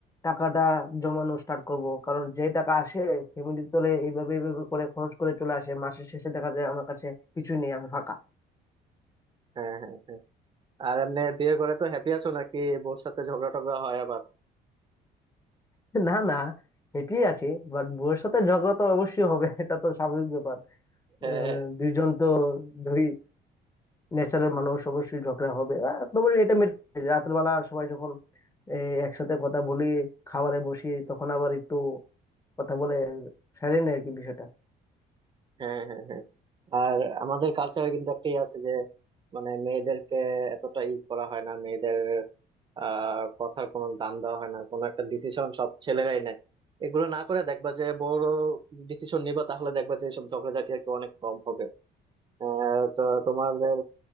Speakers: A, on the left (about 20°); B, on the right (about 30°).
A: টাকাটা জমানো স্টার্ট করব কারণ যে টাকা আসে ফ্যামিলির তলে এইভাবে এইভাবে করে খরচ করে চলে আসে মাসের শেষে দেখা যায় আমার কাছে কিছুই নেই আমি ফাঁকা
B: হ্যাঁ হ্যাঁ হ্যাঁ আর এমনি বিয়ে করে তো হ্যাপি আছো নাকি বউর সাথে ঝগড়া টগড়া হয় আবার
A: না না হেঁটেই আছি বাট বউয়ের সাথে ঝগড়া তো অবশ্যই হবে এটা তো স্বাভাবিক ব্যাপার
B: হ্যাঁ
A: আহ, দুইজন তো ধরি ন্যাচারাল মানুষ অবশ্যই ঝগড়া হবে আহ, তারপরে এটা মেটে যায়। রাতের বেলা সবাই যখন এই, একসাথে কথা বলি খাবারে বসি তখন আবার একটু কথা বলে সারিয়ে নেয় আর কি বিষয়টা
B: হ্যাঁ হ্যাঁ হ্যাঁ আর আমাদের কালচারে কিন্তু একটা ইয়ে আছে যে মানে মেয়েদেরকে এতটা ই করা হয় না মেয়েদের আহ কথার কোনো দাম দেওয়া হয় না কোনো একটা ডিসিশন সব ছেলেরাই নেয় এগুলো না করে দেখবা যে বড় ডিসিশন নিবা তাহলে দেখবা যে সব ঝগড়াঝাটি আর কি অনেক কম হবে আহ, তো তোমাদের